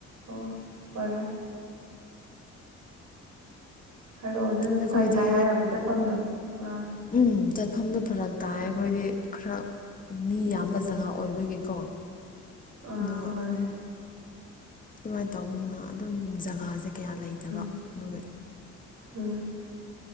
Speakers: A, on the right; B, on the left.
A: ꯑꯣ ꯍꯣꯏ ꯍꯣꯏ ꯍꯥꯏꯔꯛꯑꯣ ꯅꯪꯅ
B: ꯑꯩꯈꯣꯏꯗꯤ
A: ꯐꯔ ꯇꯥꯏ ꯍꯥꯏꯔꯕ ꯆꯠꯐꯝꯗꯣ ꯑꯥ
B: ꯎꯝ ꯆꯠꯐꯝꯗꯨ ꯐꯔꯛ ꯇꯥꯏ ꯑꯩꯈꯣꯏꯗꯤ ꯈꯔ ꯃꯤ ꯌꯥꯝꯕ ꯖꯒꯥ ꯑꯣꯏꯕꯒꯤꯀꯣ
A: ꯑꯥ
B: ꯑꯗꯨꯒ
A: ꯍꯣꯏ
B: ꯑꯗꯨꯝ ꯑꯗꯨꯃꯥꯏꯅ ꯇꯧꯗꯅ ꯑꯗꯨꯝ ꯖꯒꯥꯁꯦ ꯀꯌꯥ ꯂꯩꯇꯕ
A: ꯎꯝ
B: ꯑꯗꯨꯒ
A: ꯎꯝ